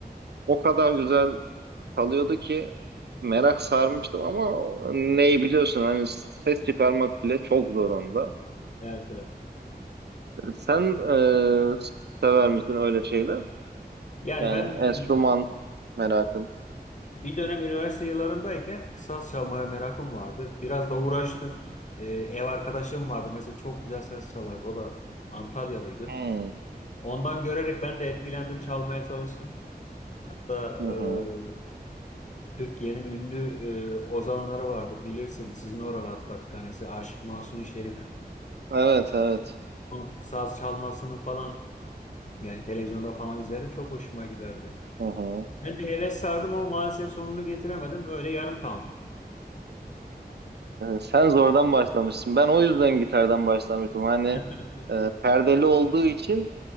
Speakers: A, on the right (about 85°); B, on the left (about 45°).
A: o kadar güzel çalıyordu ki merak sarmıştım ama ney biliyorsun hani ses çıkarmak bile çok zor onda.
B: Evet, evet.
A: Sen e, sever misin öyle şeyler?
B: Yani
A: Yani
B: ben e,
A: enstrüman merakın.
B: bir dönem üniversite yıllarımdayken saz çalmaya merakım vardı. Biraz da uğraştım. E, ev arkadaşım vardı. Mesela çok güzel saz çalardı. O da Antalyalıydı.
A: Hmm,
B: Ondan görerek ben de etkilendim. Çalmaya çalıştım. Hatta
A: Hı hı.
B: e, Türkiye'nin ünlü e, ozanları vardır. Bilirsin sizin oralı hatta bir tanesi. Aşık Mahzuni Şerif.
A: Evet evet.
B: Onun Saz çalmasını falan yani televizyonda falan izlerim. Çok hoşuma giderdi.
A: Hı hı.
B: Ben de heves sardım ama maalesef sonunu getiremedim. Öyle yarım kaldım.
A: Ee, Sen zordan başlamışsın. Ben o yüzden gitardan başlamıştım. Hani
B: <laughs>
A: e, perdeli olduğu için